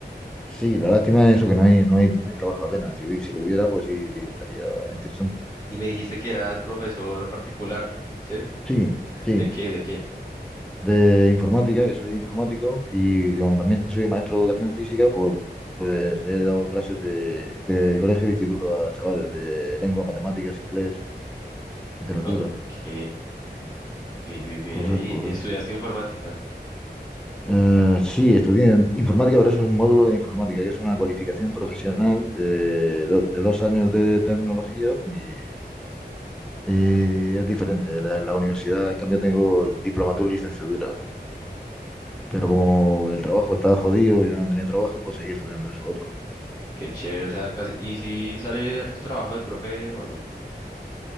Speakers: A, in the centre; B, on the left.
A: sí, la lástima es eso, que no hay, no hay, no hay trabajo apenas. Si, hubi- si lo hubiera, pues sí, estaría interesante.
B: Y me dijiste que eras profesor particular, ¿sí?
A: Sí, sí.
B: ¿De qué, de qué?
A: de informática, que soy informático, y como también soy maestro de educación física, pues, pues he dado clases de, de colegio e instituto a chavales de lengua, matemáticas, inglés, literatura.
B: Ok, bi- bi- bien
A: Entonces,
B: ahí.
A: pues
B: ¿Y estudiaste informática?
A: eh, sí, estudié en informática, pero eso es un módulo de informática, que es una cualificación profesional de, do- de dos años de tecnología y, y es diferente. La, la universidad, en cambio, tengo diplomatura y licenciatura. Pero como el trabajo estaba jodido y no tenía trabajo, pues seguí estudiando eso otro.
B: Qué chévere, o sea, casi. ¿Y si sale tu trabajo de profe o no?